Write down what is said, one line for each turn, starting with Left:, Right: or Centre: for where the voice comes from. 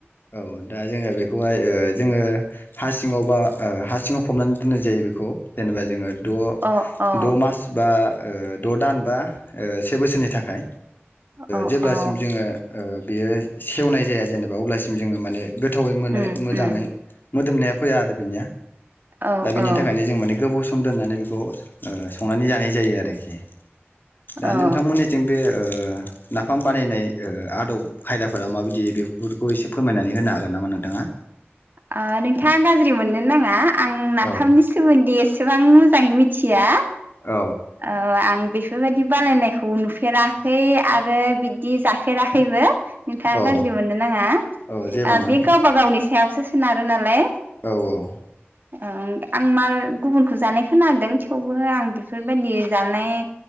Left: औ दा जोङो बेखौहाय ओ जोङो हासि सिङाव बा ओ हा सिङाव फबनानै दोननाय जायो बेखौ जेनेबा जोङो द'
Right: अ औ
Left: द' मास बा ओ द' दान बा ओ से बोसोरनि थाखाय
Right: औ
Left: जेब्लासिम
Right: औ
Left: जोङो ओ बेयो सेवनाय जाया जेनेबा अब्लासो सिम जोङो माने गोथावै मोनो
Right: उम
Left: मोजाङै
Right: उम
Left: मोदोमनाया फैया आरो बिनिया
Right: औ
Left: दा बिनि
Right: औ
Left: थाखायनो जों माने गोबाव सम <unintelligible> म दोननानै बेखौ ओ संनानै जानाय जायो आरोखि दा
Right: औ
Left: नोंथांमोननिथिं बे ओ नाफाम बानायनाय ओ आदब खायदाफोरा माबायदि बेफोरखौ एसे फोरमायनानै होनो हागोन नामा नोंथाङा
Right: ओ नोंथाङा गाज्रि मोननो नाङा आं नाफामनि
Left: औ
Right: सोमोन्दै एसेबां मोजां मोजाङै मिथिया
Left: औ
Right: औ आं बेफोरबायदि बानायनायखौ नुफेराखै आरो बिदि जाफेराखैबो नोंथाङा
Left: औ
Right: गाज्रि मोननो ओ नाङा ओ
Left: औ जेबो नङा
Right: बे गावबा गावनि <unintelligible> सोनारो नालाय
Left: औ औ
Right: औ आं माल गुबुनखौ जानाय खोनदों थेवबो आं बेफोरबायदि जानाय